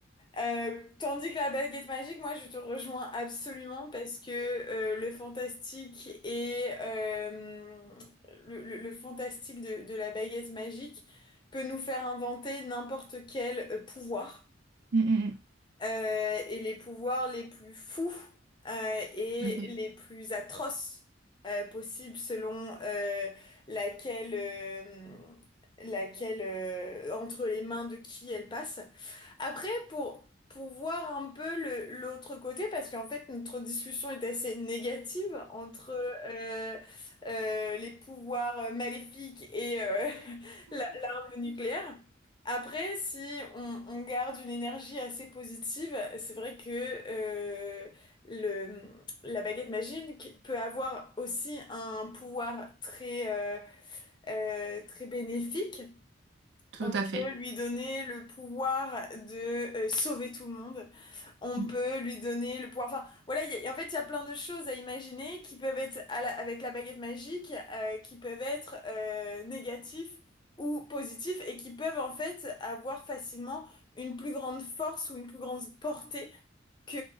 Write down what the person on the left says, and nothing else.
Euh, tandis que la baguette magique, moi je te rejoins absolument parce que euh, le fantastique et euh, le, le- le fantastique de, de la baguette magique peut nous faire inventer n'importe quel euh, pouvoir
euh, et les pouvoirs les plus fous euh, et
les plus atroces euh, possibles selon euh, laquelle, euh, laquelle euh, entre les mains de qui elle passe. Après, pour, pour voir un peu le, l'autre côté, parce qu'en fait, notre discussion est assez négative entre euh, euh, les pouvoirs maléfiques et euh, <laughs> la- l'arme nucléaire. Après, si on, on garde une énergie assez positive, c'est vrai que euh, le, la baguette magique peut avoir aussi un pouvoir très, euh, euh, très bénéfique.
On
peut lui
donner le pouvoir de euh, sauver tout le monde. On
peut lui donner le pouvoir. Enfin, voilà, il y a- en fait, il y a plein de choses à imaginer qui peuvent être à la- avec la baguette magique, euh, qui peuvent être euh, négatifs ou positifs et qui peuvent en fait avoir facilement une plus grande force ou une plus grande portée que